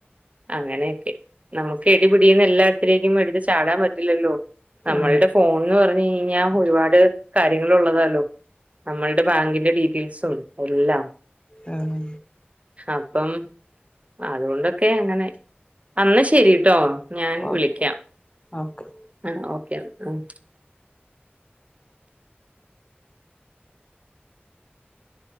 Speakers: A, on the right; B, on the left.
A: അങ്ങനെക്കെ നമുക്ക് എടിപിടീന്ന് എല്ലാടത്തിലേക്കും എടുത്ത് ചാടാൻ പറ്റില്ലല്ലോ നമ്മളുടെ
B: ആഹ്
A: ഫോൺന്ന് പറഞ്ഞ് കഴിഞ്ഞ ഒരുപാട് കാര്യങ്ങൾഉള്ളതാല്ലോ നമ്മൾടെ ബാങ്കിന്റെ ഡീറ്റെയിൽസും എല്ലാം
B: ആഹ്
A: അപ്പം അതുകൊണ്ടൊക്കെ അങ്ങനെ അന്നാ ശരീട്ടോ ഞാൻ
B: ഓക്കെ
A: വിളിക്കാം
B: ഓക്കെ
A: ആഹ് ഓക്കെ ആഹാ